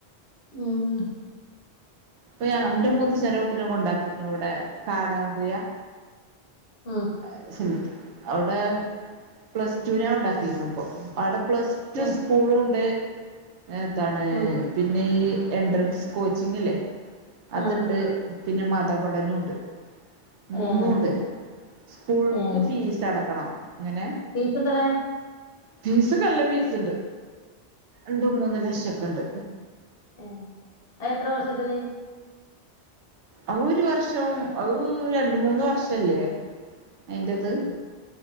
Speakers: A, on the left (about 60°); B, on the right (about 80°).
A: ഉം ഉം
B: പ്പൊ യാ അന്റെ മൂത്തഛനെ കുട്ടീനെ കൊണ്ടാക്കീക്ക്‌ണ് വടെ കാടാമ്പുയ
A: ഉം
B: അഹ് <unintelligible> അവിടെ പ്ലസ് ടുനാ ഒണ്ടാക്കിയിരുന്ന ഇപ്പൊ അവിടെ പ്ലസ് ടു
A: ഉം
B: സ്കൂള് ഉണ്ട്. ഏതാണ്?
A: ഉം
B: ഈ എൻട്രൻസ് കോച്ചിങ്ങിലെ
A: ഉം
B: അതുണ്ട്.
A: ആഹ്
B: പിന്നെ മതപഠനോ ണ്ട്, മൂന്നുണ്ട്,
A: ഏഹ്
B: സ്കൂൾക്ക്
A: ഏഹ്
B: ഫീസ് അടക്കണം. അങ്ങനെ
A: ഫീസ് എത്ര?
B: ഫീസ് നല്ല ഫീസ് ഉണ്ട്. രണ്ടും, മൂന്നും, ലക്ഷം ഒക്കെ ഉണ്ട്.
A: ഉം അത്എത്ര വർഷത്തിന്?
B: അ ഒരു വർഷം, അത് രണ്ട് മൂന്ന് വർഷല്ലേ? അയിന്റത്.
A: ഉം